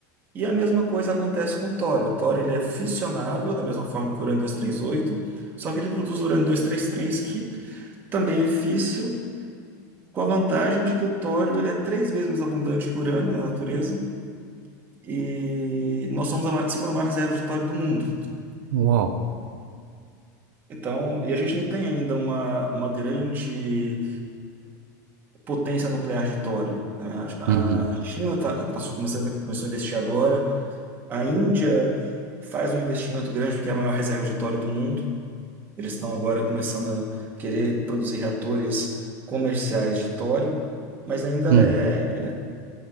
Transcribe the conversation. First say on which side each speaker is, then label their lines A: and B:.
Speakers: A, on the right; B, on the right.
A: E a mesma coisa acontece com o tório. O tório ele é fissionável, da mesma forma que o urânio 238, só que ele produz o urânio 233, que também é físsil, com a vantagem de que o tório ele é três vezes mais abundante que o urânio na natureza e nós somos a ma- segunda maior reserva de petróleo do mundo.
B: uau.
A: Então, e a gente não tem ainda uma, uma grande potência nuclear de tório né? A,
B: Uhum,
A: a China tá, passou, começou, a- começou a investir agora. A Índia faz um investimento grande porque é a maior reserva de tório do mundo. Eles estão agora começando a querer produzir reatores comerciais de tório mas ainda
B: hum,
A: é